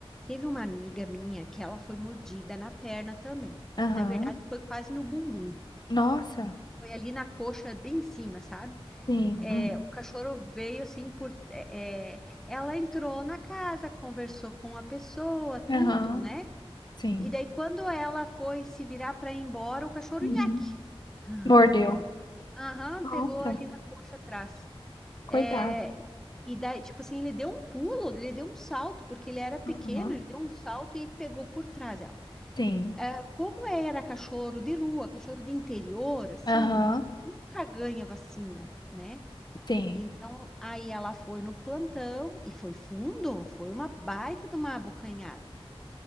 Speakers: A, in the centre; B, on the left.
A: teve uma amiga minha que ela foi mordida na perna também.
B: Aham.
A: Na verdade, foi quase no bumbum.
B: Nossa.
A: Foi ali na coxa, bem em cima, sabe?
B: Sim.
A: É,
B: hum,
A: o cachorro veio assim por. é, é, ela entrou na casa, conversou com a pessoa, tudo,
B: Aham.
A: né?
B: Sim.
A: E daí, quando ela foi se virar para ir embora, o cachorro
B: Uhum.
A: nhaque. <laughs>
B: Mordeu.
A: Aham,
B: Nossa,
A: pegou ali na coxa atrás. É,
B: coitado.
A: e daí, tipo assim, ele deu um pulo, ele deu um salto, porque ele era pequeno,
B: Aham.
A: ele deu um salto e pegou por trás ela.
B: Sim.
A: É, como era cachorro de rua, cachorro de interior, assim,
B: Aham.
A: nunca ganha vacina, né?
B: Sim.
A: Então, aí ela foi no plantão e foi fundo, foi uma baita de uma abocanhada. <laughs>